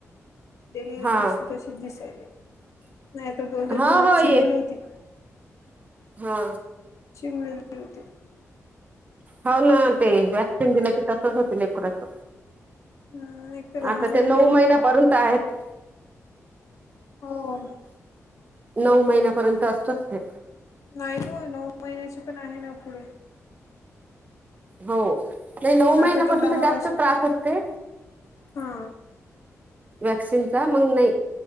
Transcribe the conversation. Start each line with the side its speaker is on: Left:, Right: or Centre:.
Left: डेली
Right: हा
Left: दिसते तशीच दिसायले नाही तर दोन दिवस
Right: हा
Left: झाले
Right: हो
Left: चिमेल
Right: ये
Left: होती.
Right: हा.
Left: चिमलेल. होती.
Right: हव ना ते वॅक्सिन दिलं की तसच होत लेकराच.
Left: हम्म एक तर लहान
Right: आता ते
Left: आहे
Right: नऊ
Left: ना
Right: महिन्यापर्यंत आहेत.
Left: हो
Right: नऊ महिन्यापर्यंत असतच ते.
Left: नाही ग नऊ महिन्याची पण आहे ना पुढे.
Right: हो हे नऊ
Left: आता
Right: महिन्यापर्यंत
Left: तर दहा
Right: जास्त
Left: वर्ष
Right: त्रास असते
Left: हा
Right: वॅक्सिनचा मग नाही